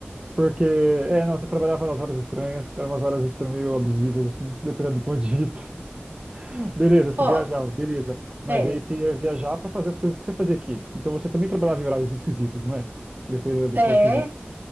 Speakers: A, on the right; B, on the right.
A: Porque, é, não, você trabalhava nas horas estranhas. Eram umas horas estranhas, meio abusivas, assim, <laughs> dependendo do ponto de vista. <laughs> Beleza, você
B: ó,
A: viajava, beleza. Mas
B: é,
A: aí você ia viajar pra fazer as coisas que você fazia aqui. Então você também trabalhava em horários esquisitos, não é? Dependendo do
B: é,
A: ponto de vista.